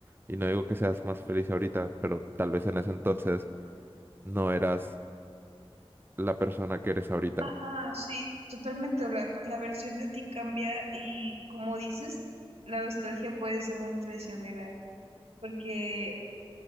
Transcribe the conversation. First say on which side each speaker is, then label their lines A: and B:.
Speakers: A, on the right; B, on the right.
A: Y no digo que seas más feliz ahorita, pero tal vez en ese entonces no eras la persona que eres ahorita.
B: Ajá, sí, totalmente. La, la versión de ti cambia y como dices, la nostalgia puede ser muy traicionera porque